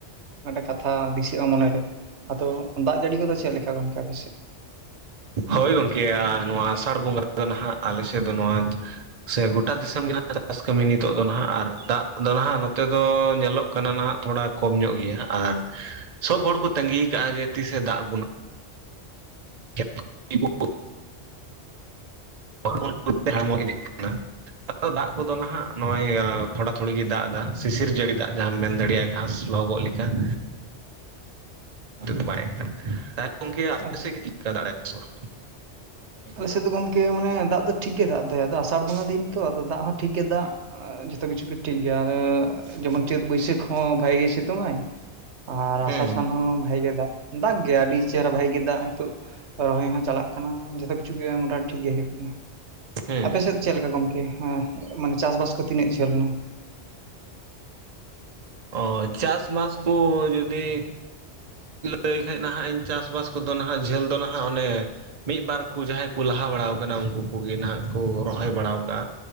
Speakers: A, on the right; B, on the right.
A: ᱢᱤᱫᱴᱟᱜ ᱠᱟᱛᱷᱟ ᱫᱤᱥᱟᱹᱜ-ᱟ ᱢᱚᱱᱮ ᱨᱮ᱾ ᱟᱫᱚ ᱫᱟᱜ ᱡᱟᱹᱲᱤ ᱠᱚᱫᱚ ᱪᱮᱫ ᱞᱮᱠᱟ ᱜᱚᱝᱠᱮ ᱟᱯᱮ ᱥᱮᱫ?
B: ᱦᱳᱭ ᱜᱚᱝᱠᱮ ᱱᱚᱣᱟ ᱟᱥᱟᱲ ᱵᱚᱸᱜᱟ ᱨᱮᱫᱚ ᱱᱟᱦᱟᱜ ᱟᱞᱮ ᱥᱮᱫ ᱫᱚ ᱱᱚᱣᱟ ᱥᱮ ᱜᱚᱴᱟ ᱫᱤᱥᱚᱢ ᱜᱮ ᱱᱟᱦᱟᱜ ᱪᱟᱥ ᱠᱟᱹᱢᱤ ᱱᱤᱛᱳᱜ ᱫᱚ ᱱᱟᱦᱟᱜ ᱟᱨ ᱫᱟᱜ ᱫᱚ ᱱᱟᱦᱟᱜ ᱱᱚᱛᱮ ᱫᱚ ᱧᱮᱞᱚᱜ ᱠᱟᱱᱟ ᱱᱟᱦᱟᱜ ᱛᱷᱳᱲᱟ ᱠᱚᱢ ᱧᱚᱜ ᱜᱮᱭᱟ ᱟᱨ ᱥᱚᱵᱽ ᱦᱚᱲ ᱠᱚ ᱛᱟᱸᱜᱤ ᱠᱟᱜ-ᱟ ᱡᱮ ᱛᱤᱥᱮ ᱫᱟᱜ ᱟᱵᱚᱱᱟ? <unintelligible> <unintelligible> ᱫᱟᱜ ᱠᱚᱫᱚ ᱱᱟᱦᱟᱜ ᱱᱚᱸᱜ-ᱚᱭ ᱛᱷᱳᱲᱟ ᱛᱷᱳᱲᱤ ᱜᱮ ᱫᱟᱜ ᱮᱫᱟ ᱥᱤᱥᱤᱨ ᱡᱟᱹᱲᱤ ᱫᱟᱜ ᱡᱟᱦᱟ ᱟᱢ ᱢᱮᱱ ᱫᱟᱲᱮᱭᱟᱜ-ᱟ ᱾ ᱜᱷᱟᱸᱥ ᱞᱚᱦᱚ ᱜᱚᱜ ᱞᱮᱠᱟ ᱾ ᱫᱚ ᱵᱟᱭ ᱦᱮᱡ ᱠᱟᱱ ᱾ ᱛᱟᱞᱦᱮ ᱜᱚᱝᱠᱮ ᱟᱯᱮ
A: ᱟᱪᱪᱷᱟ
B: ᱥᱮᱫ ᱜᱮ ᱪᱮᱫᱠᱟ ᱫᱟᱜ ᱫᱟᱭ ᱥᱮ ᱵᱟᱝ?
A: ᱟᱞᱮ ᱥᱮᱫ ᱫᱚ ᱜᱚᱝᱠᱮ ᱢᱟᱱᱮ ᱫᱟᱜ ᱫᱚ ᱴᱷᱤᱠ ᱜᱮ ᱫᱟᱜ ᱫᱟᱭ ᱟᱫᱚ ᱟᱥᱟᱲ ᱵᱚᱸᱜᱟ ᱫᱤᱱ ᱛᱚ ᱟᱫᱚ ᱫᱟᱜ ᱦᱚᱸ ᱴᱷᱤᱠ ᱜᱮ ᱫᱟᱜ ᱡᱚᱛᱚ ᱠᱤᱪᱷᱩ ᱜᱮ ᱴᱷᱤᱠ ᱜᱮᱭᱟ ᱟᱨ ᱡᱮᱢᱚᱱ ᱪᱟᱹᱛ ᱵᱟᱹᱭᱥᱟᱹᱠᱷ ᱦᱚᱸ ᱵᱷᱟᱜᱮ ᱜᱮᱭ ᱥᱤᱛᱩᱝ ᱟᱭ ᱾ ᱟᱨ
B: ᱦᱩᱸ
A: ᱟᱥᱟᱲ ᱥᱟᱱ ᱦᱚᱸ ᱵᱷᱟᱜᱮ ᱜᱮ ᱫᱟᱜ ᱫᱟᱜ ᱜᱮᱭᱟᱭ ᱟᱹᱰᱤ ᱪᱮᱦᱨᱟ ᱵᱷᱟᱜᱤ ᱜᱮ ᱫᱟᱜ ᱦᱤᱛᱳᱜ ᱨᱚᱦᱚᱭ ᱦᱚᱸ ᱪᱟᱞᱟᱜ ᱠᱟᱱᱟ ᱾ᱡᱚᱛᱚ ᱠᱤᱪᱷᱩ ᱜᱮ ᱢᱳᱴᱟ ᱴᱷᱤᱠ ᱜᱮ ᱦᱳᱭᱳᱜ ᱠᱟᱱᱟ ᱾
B: ᱦᱮᱸ᱾
A: ᱟᱯᱮ ᱥᱮᱫ ᱪᱮᱫ ᱞᱮᱠᱟ ᱜᱚᱝᱠᱮ ᱦᱮᱸ ᱢᱟᱱᱮ ᱪᱟᱥ ᱵᱟᱥ ᱠᱚ ᱛᱤᱱᱟᱹᱜ ᱡᱷᱟᱹᱞ ᱱᱟ?
B: ᱚᱻ ᱪᱟᱥ ᱵᱟᱥ ᱠᱚ ᱡᱩᱸᱫᱤ ᱞᱟᱹᱭ ᱠᱷᱟᱡ ᱱᱟᱦᱟᱜ ᱤᱧ ᱪᱟᱥ ᱵᱟᱥ ᱱᱟᱦᱟᱜ ᱡᱷᱟᱹᱞ ᱫᱚ ᱱᱟᱦᱟᱜ ᱚᱱᱮ ᱢᱤᱫ ᱵᱟᱨ ᱠᱚ ᱡᱟᱦᱟᱭ ᱠᱚ ᱞᱟᱦᱟ ᱵᱟᱲᱟ ᱟᱠᱟᱱᱟ ᱩᱱᱠᱩ ᱠᱚ ᱜᱮ ᱱᱟᱦᱟᱜ ᱠᱚ ᱨᱚᱦᱚᱭ ᱵᱟᱲᱟ ᱠᱟᱜ-ᱟ᱾